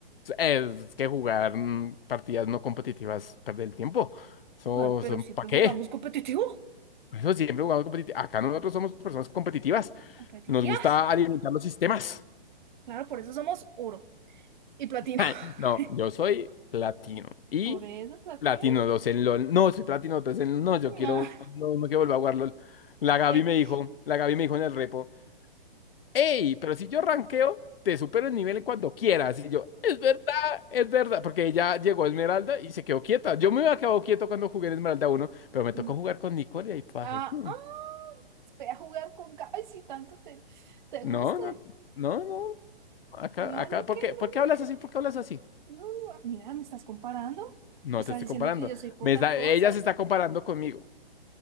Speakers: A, on the left (about 65°); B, on the right (about 50°).
A: Es que jugar mm, partidas no competitivas, perder el tiempo. Eso,
B: Ah, Pero siempre
A: ¿para qué?
B: jugamos competitivo.
A: Por Eso siempre jugamos competitivo. Acá nosotros somos personas competitivas.
B: Competitivas.
A: Nos gusta alimentar los sistemas.
B: Claro, por eso somos oro y platino.
A: <laughs> Ay, No,
B: <laughs>
A: yo soy platino. Y
B: Por eso platino.
A: platino 2 en LOL. No, soy platino 3 en LOL. No, yo quiero.
B: Ah,
A: No, no quiero volver a jugar LOL. La Gaby
B: y este-
A: me dijo, la Gaby me dijo en el repo, hey, pero si yo rankeo, te supero el nivel cuando quieras. Y yo, es verdad, es verdad. Porque ella llegó a Esmeralda y se quedó quieta. Yo me había quedado quieto cuando jugué en Esmeralda uno pero me
B: Mm.
A: tocó jugar con Nicole y ahí paje.
B: Ah,
A: No,
B: ah, ve a jugar con Gaby si tanto te, te
A: no,
B: gusta.
A: no, no. Acá,
B: No,
A: acá,
B: no,
A: ¿por
B: ¿qué?
A: qué? ¿Por
B: No, no,
A: qué hablas
B: ¿qué?
A: así? ¿Por qué hablas así?
B: No, no, ah, mira, ¿me estás comparando?
A: No
B: ¿Estás
A: te estoy
B: diciendo
A: comparando.
B: que yo soy poca
A: Me está,
B: cosa?
A: ella se está comparando conmigo.